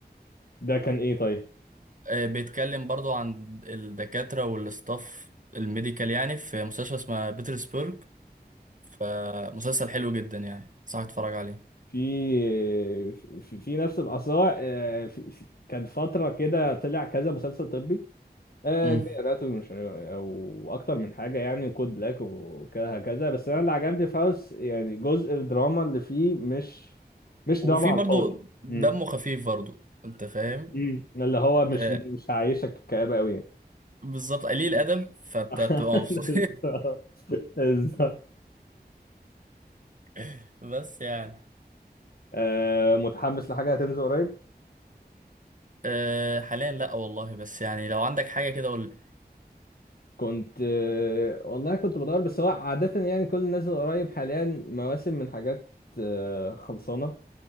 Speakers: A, on the left; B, on the right.
A: ده كان ايه طيب
B: بيتكلم برضو عن الدكاتره والاستاف الميديكال يعني في مستشفى اسمها بيترسبرغ فمسلسل حلو جدا يعني صح اتفرج عليه
A: في في, في نفس الأثار آه، في... في... كان فترة كده طلع كذا مسلسل طبي آه،
B: مم.
A: جاي اناتومي مش عارف- او اكتر من حاجه يعني كود بلاك وكذا هكذا بس انا اللي عجبني في هاوس يعني جزء الدراما اللي فيه مش مش
B: وفي
A: دراما على
B: برضو
A: الفاضي
B: دمه
A: مم.
B: خفيف برضو انت فاهم
A: مم. اللي هو مش
B: آه
A: مش هعيشك كآبة قوي يعني
B: بالظبط قليل
A: مم.
B: ادب فانت
A: <laughs>
B: بتبقى مبسوط
A: بالظبط بالظبط
B: <laughs> بس يعني
A: آه، متحمس لحاجه هتنزل قريب
B: آه حاليا لا والله بس يعني لو عندك حاجه كده قول لي
A: كنت آه، والله كنت بدور بس هو عادة يعني كل اللي نازل قريب حاليا مواسم من حاجات آه، خلصانة